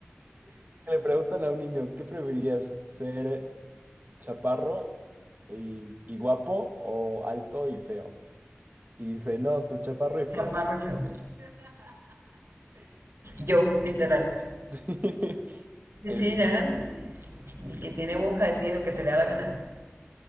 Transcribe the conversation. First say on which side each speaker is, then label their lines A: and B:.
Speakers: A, on the right; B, on the right.
A: Le preguntan a un niño, ¿qué preferirías? ¿Ser chaparro y, y guapo o alto y feo? Y dice, no, pues chaparro y feo.
B: Chaparro y feo. <laughs> Yo, literal.
A: <laughs> Este,
B: Sí, ya, el el que tiene boca decide lo que se le da la gana.